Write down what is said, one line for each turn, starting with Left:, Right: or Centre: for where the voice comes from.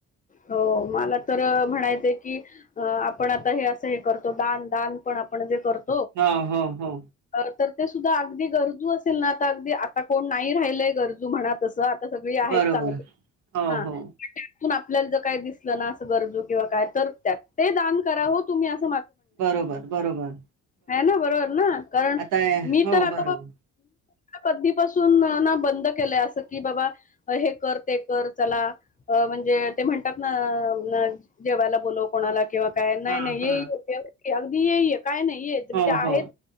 Left: हो मला तर म्हणायचय की आपण आता हे असं हे करतो दान दान पण आपण जे करतो
Right: हा हो हो
Left: तर ते सुद्धा अगदी गरजू असेल ना आता अगदी आता कोण नाही राहिलय गरजू खरा तसा सगळी आहेत
Right: बरोबर
Left: चांगली
Right: हो
Left: हा
Right: हो
Left: आपल्याला जर काय दिसलं ना अस गरजू किंवा काय तर त्यात ते दान करावं तुम्ही अस
Right: बरोबर बरोबर
Left: है ना बरोबर ना कारण
Right: आता
Left: मी
Right: हो
Left: तर आता
Right: बरोबर
Left: कधी पासून ना बंद केलंय अस की बाबा हे कर ते कर चला म्हणजे ते म्हणतात ना जेवायला बोलाव कोणाला किंवा काय नाही
Right: हा
Left: नाही
Right: हा
Left: येई एवढ अगदी ये येे काय नाही येेत म्हणजे
Right: हो
Left: आहेत
Right: हो